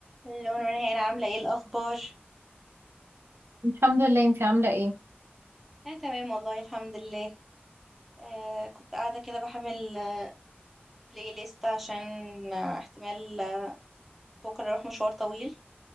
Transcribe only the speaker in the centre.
اللون ورهان عاملة ايه الأخبار؟
أنا تمام والله الحمد لله آه كنت قاعدة كده بحمل آه، بلاي ليست عشان آه، احتمال آه، بكرة أروح مشوار طويل